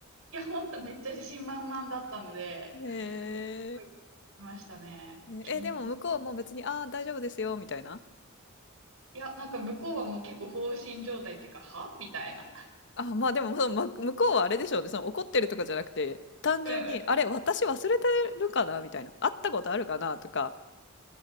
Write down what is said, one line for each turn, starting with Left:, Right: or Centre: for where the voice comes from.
Right: や、本当めっちゃ自信満々だったので、
Left: へ
Right: すごいびっくりしましたね。
Left: え、ねえ、
Right: うん
Left: でも向こうも別に「ああ、大丈夫ですよ」みたいな？
Right: いや、なんか向こうはもう結構放心状態っていうか、はみたいな。
Left: あ、まあでも、その、ま向こうはあれでしょうね。その怒ってるとかじゃなくて、単純に、
Right: うんうん。
Left: あれ、私忘れてるかなみたいな。会ったことあるかなとか